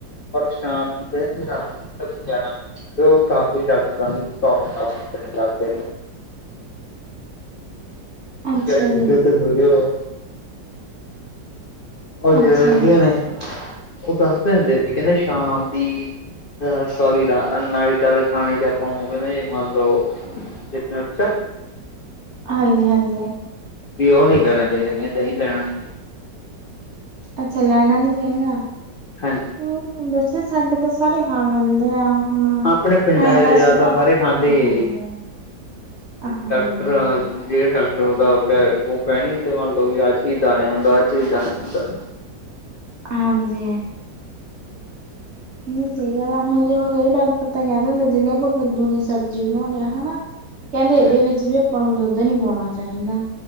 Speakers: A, on the left (about 85°); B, on the right (about 60°).
A: ਪਰ ਸ਼ਾਮ ਨੂੰ ਕਏ, ਫਿਰ ਰਾਤ ਨੂੰ ਕਏ, ਫਿਰ ਜਾਣਾ ਨਈ। ਤੇ ਉਹ ਕਾਫੀ ਡਾਕਟਰਾਂ ਦੀ ਜਾਦੇ
B: ਅੱਛਾ
A: ਕੰਪਿਊਟਰ
B: ਜੀ
A: ਤੇ ਬੋਲਓ ਹਲੀਂ
B: ਅੱਛਾ
A: ਰੇਦੀਆਂ
B: ਜੀ
A: ਨੇ ਉਹ ਦੱਸਦੇ ਹੁੰਦੇ ਵੀ ਕੇਂਦੇ ਸ਼ਾਮ ਦੀ ਸੋਰੀ ਰਾ ਨਾਈਟ ਵਾਲੇ ਖਾਣੇ ਜਾ ਆਪਾਂ ਹੋਗੇ ਨਹੀਂ, ਮਤਲਬ ਡਿਨਰ ਚ
B: ਹਾਂਜੀ -ਹਾਂਜੀ।
A: ਵੀ ਉਹ ਨਹੀਂ ਲੈਣਾ ਚਾਹੀਦਾ ਕਹਿੰਦਾ ਜੀ ਨਹੀਂ ਲੈਣਾ ਨੀ
B: ਅੱਛਾ ਲੈਣਾ ਨਹੀਂ ਚਹੀ ਨਾ।
A: ਹਮ।
B: ਹਮ, ਵੈਸੇ ਸਾਢੇ ਦਸ ਸਾਰੇ ਖਾ ਲੈਂਦੇ ਆ ਹਾਂ ਤਾਂਹੀ
A: ਆਪਣੇ ਪਿੰਡਾਂ ਦਾ
B: ਤਾਂ
A: ਜ਼ਿਆਦਾਤਰ
B: ਸੁਬਾਹ
A: ਸਾਰੇ ਖਾਂਦੇ
B: <inaudible>
A: ਹੀ ਹੈ ਜੀ
B: ਹਾਂਜੀ
A: ਡਾਕਟਰ
B: ਹਾਂਜੀ
A: ਜਿਹੜੇ ਡਾਕਟਰ ਮੁਤਾਬਿਕ ਹੈ ਉਹ ਕਹਿਣੀ ਮੰਨ ਲਓ ਵੀ ਆਹ ਚ ਇਦਾਂ ਐ ਹੁੰਦਾ ਆਹ ਚ ਇਦਾਂ ਐ ਹੁੰਦਾ
B: ਹਾਂਜੀ ਨਹੀਂ ਸਹੀ ਗੱਲ ਆ ਹੁਣ ਜਿਵੇਂ ਕਈ ਡਾਕਟਰ ਤਾਂ ਕਹਿੰਦੇ ਜਿਹੜੇ ਆਪਾਂ ਕੱਦੂ ਦੀ ਸਬਜ਼ੀ ਬਣਾਉਣੇ ਆ ਹਨਾ ਕਹਿੰਦੇ
A: ਹਾਂਜੀ
B: ਇਹਦੇ ਵਿੱਚ ਵੀ ਆਪਾਂ ਨੂੰ ਦੁੱਧ ਨਹੀਂ ਪਾਉਣਾ ਚਾਹੀਦਾ